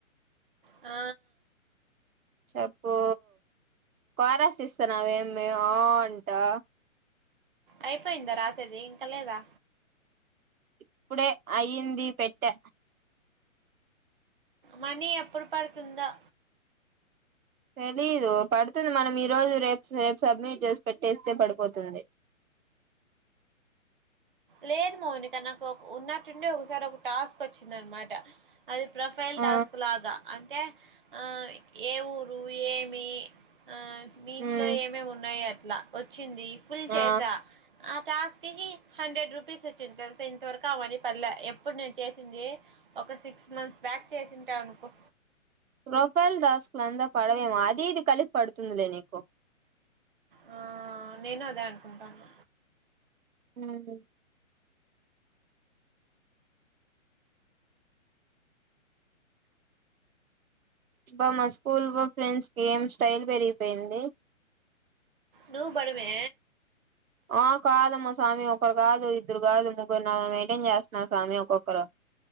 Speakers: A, on the right; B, on the right.
A: ఆ
B: చెప్పు కోరస్ ఇస్తున్నావు ఏం మే ఆ అంటా
A: అయిపోయిందా రాసేది ఇంక లేదా
B: ఇప్పుడే అయ్యింది పెట్టా
A: మనీ ఎప్పుడు పడుతుందో
B: తెలీదు పడుతుంది మనం ఈ రోజు రేపు రేపు సబ్మిట్ చేసి పెట్టేస్తే పడిపోతుంది
A: లేదు మౌనిక నాకు ఉన్నట్టుండి ఒకసారి ఒక టాస్క్ వచ్చింది అన్మాట అది ప్రొఫైల్
B: ఆ
A: టాస్క్ లాగా అంటే ఆ ఏ ఊరు ఏమి ఆ మీ ఇంట్లో
B: ఉమ్
A: ఏమేమి ఉన్నాయి అట్లా వచ్చింది ఫుల్
B: ఆ
A: చేసా ఆ టాస్క్ కి హండ్రెడ్ రూపీస్ వచ్చింది తెలుసా ఇంత వరకు అ మనీ పడలే ఎప్పుడు నేను చేసింది ఒక సిక్స్ మంత్స్ బ్యా క్ చేసింటా అనుకో
B: ప్రోఫైల్ టాస్క్ లంతా పడవేమో అది ఇది కలిపి పడుతుందిలే నీకు
A: ఆ నేను అదే అనుకుంటాన్న
B: మ్మ్ హ్ బా మా స్కూల్ ఫ్రెండ్స్ కి ఏం స్టైల్ పెరిగిపోయింది
A: నువ్వు బడుమే
B: ఆ కాదమ్మ స్వామి ఒకరు కాదు ఇద్దరు కాదు ముగ్గురు నలగర్ని మెయింటైన్ చేస్తున్నారు స్వామి ఒక్కొక్కరు